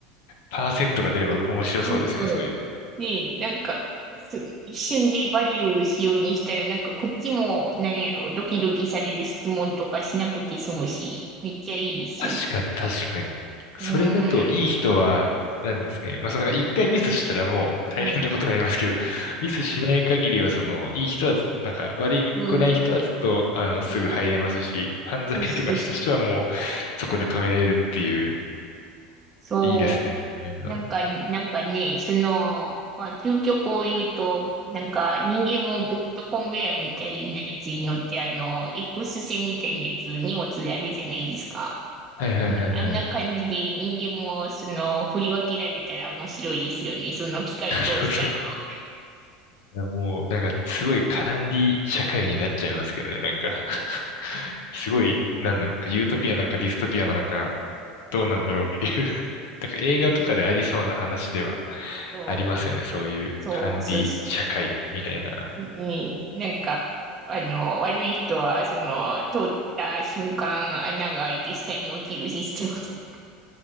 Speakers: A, on the left; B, on the right.
A: パーセントが出れば面白そうですね、
B: うん。
A: そういうの。
B: で、なんか、す一瞬でバレる仕様にしたら、なんかこっちも、何やろ、ドキドキされる質問とかしなくて済むし、めっちゃいいですよ。
A: 確かに、確かに。
B: うん。
A: それだといい人は、なんですかね。まあ、そのなんか一回ミスしたらもう大変なことになりますけど、
B: うん。
A: ミスしない限りは、その、いい人はず、なんか、悪くない人はずっと、
B: うん。
A: あの、すぐ入れますし、
B: うん。
A: 犯罪とかした人はもう、
B: そうそうそう。
A: そこで止めれるっていう
B: そう。
A: いいですね、そういうの。
B: なんか、なんかね、その、まあ、究極を言うと、なんか、人間もベルトコンベヤーみたいなやつに乗って、あの、X 線みたいなやつ、荷物やるじゃないですか。
A: はいはいはいはい。
B: あんな、あんな感じで人間も、その、振り分けられたら面白いですよね。その機械通したら。
A: なるほど。
B: <laughs>
A: いやもう、なんかすごい管理社会になっちゃいますけどね、なんか <laughs> すごい、なんなのか、ユートピアなのかディストピアなのか、どうなんだろうっていう <laughs> なんか映画とかでありそうな話では
B: そう、
A: ありますよね、そういう管理社会みたいな。
B: そう、そうそう。うんなんか、あの、悪い人は、その、通った瞬間、穴が開いて下に落ちるシステムと。